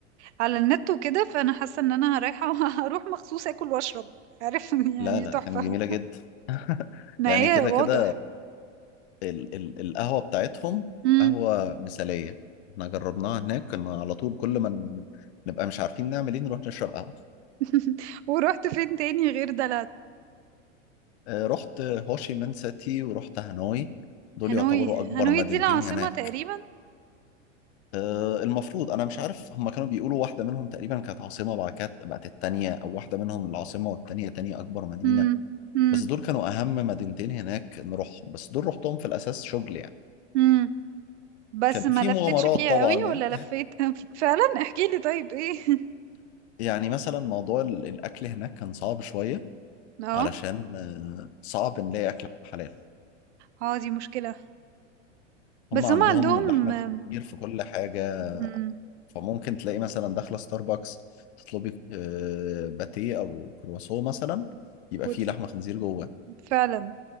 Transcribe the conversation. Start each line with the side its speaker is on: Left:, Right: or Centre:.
Right: على النت وكده فانا حاسه ان انا رايحه <laughs> هروح مخصوص اكل واشرب عارف <laughs> يعني
Left: لا لا
Right: تحفه
Left: كانت جميله جدا
Right: ما
Left: يعني
Right: هي
Left: كده
Right: واضح
Left: كده ال ال القهوه بتاعتهم
Right: امم
Left: قهوه مثاليه احنا جربناها هناك كنا على طول كل ما ن- نبقى مش عارفين نعمل ايه نروح نشرب قهوه
Right: <laughs> ورحت فين تاني غير دلات
Left: آه، رحت هوشي مان سيتي ورحت هانوي دول
Right: هانوي
Left: يعتبروا اكبر
Right: هانوي
Left: مدينتين
Right: دي العاصمه
Left: هناك
Right: تقريبا
Left: آه، المفروض انا مش عارف هما كانوا بيقولوا واحده منهم تقريبا كانت عاصمه بعد كده بقت التانيه او واحده منهم العاصمه والتانيه تاني اكبر مدينه
Right: امم امم
Left: بس دول كانوا اهم مدينتين هناك نروحهم بس دول رحتهم في الاساس شغل يعني
Right: امم بس
Left: كان في
Right: ما لفتش
Left: مغامرات
Right: فيها
Left: طبعا
Right: قوي
Left: يعني
Right: ولا لفيت <laughs> فعلا احكي لي طيب ايه <laughs>
Left: <laughs> يعني مثلا موضوع ال- الاكل هناك كان صعب شويه
Right: اه
Left: علشان آه، صعب نلاقي اكل حلال
Right: اه دي مشكله بس
Left: هما
Right: هم
Left: عندهم
Right: عندهم
Left: اللحم الخنزير في كل حاجه
Right: امم
Left: فممكن تلاقي مثلا داخله ستاربكس تطلبي آه، باتيه او كرواسون مثلا يبقى
Right: كتله
Left: فيه لحمه خنزير جوه
Right: فعلا